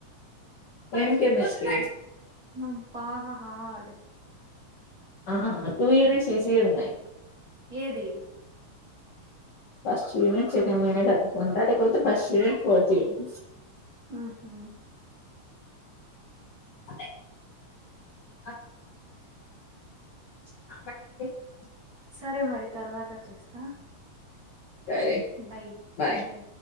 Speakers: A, on the left; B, on the right.
A: ఏం కేమిస్ట్రీ
B: నం పాగా హార్డ్
A: ఆ టూ యూనిట్ ఈజీ ఉన్నాయి
B: ఏది
A: ఫస్ట్ యూనిట్ సెకండ్ యూనిట్ చదువుకుంటా లేపోతె ఫస్ట్ యూనిట్ ఫోర్త్ యూనిట్
B: మ్ హూమ్
A: ఆదే ఆ <unintelligible>
B: సరే మరి తర్వాత చేస్తా
A: సరే
B: బై
A: బాయ్
B: బై